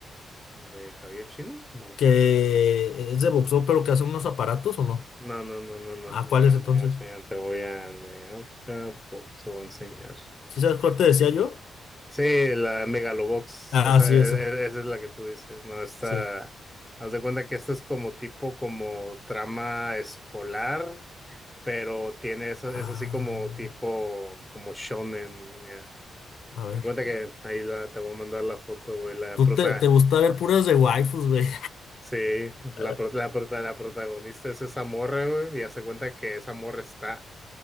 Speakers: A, in the centre; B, on the left.
A: ¿De cabello chino? No.
B: Que es de boxeo, pero que hace unos aparatos o no.
A: No, no, no, no, no.
B: Ah,
A: no. Mira,
B: ¿cuál es entonces?
A: mira, mira, te voy a Medaka Box, te voy a enseñar.
B: ¿Sí sabes cuál te decía yo?
A: Sí, la Megalobox,
B: Ah,
A: esa,
B: sí,
A: e-
B: esa.
A: e- esa es la que tú dices, ¿no? Esta,
B: Sí.
A: haz de cuenta que esta es como tipo, como trama escolar, pero tiene, esa-
B: Ah,
A: es, así como tipo, como shonen, ya.
B: a ver.
A: Haz de cuenta que ahí la, te voy a mandar la foto, güey, la
B: Tú
A: prota,
B: te, te gusta ver puras de waifus, güey.
A: sí, la,
B: <laughs>
A: pro- la, prota- la protagonista es esa morra, güey, y haz de cuenta que esa morra está